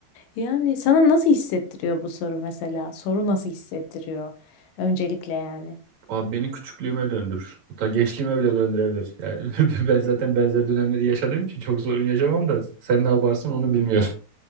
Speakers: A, on the left; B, on the right.
A: Yani sana nasıl hissettiriyor bu soru mesela? Soru nasıl hissettiriyor öncelikle yani?
B: Abi beni küçüklüğüme döndürür. Hatta gençliğime bile döndürebilir. Yani <laughs> ben zaten benzer dönemleri yaşadığım için çok sorun yaşamam da sen ne yaparsın onu bilmiyorum.